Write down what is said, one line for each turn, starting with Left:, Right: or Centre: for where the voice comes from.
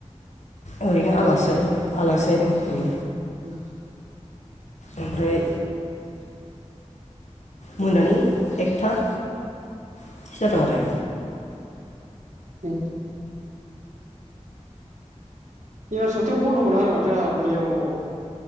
Left: ओरैनो आलासि जाहैदों आलासि जाहैदों उम।
Right: <inaudible>
Left: ओमफ्राय मोनानि एकथा। बिदिनो जादों आरो?
Right: उम एबार सप्तायाव बन्द'मोनानो माथो आंहा बोरै जाबावनांगौ?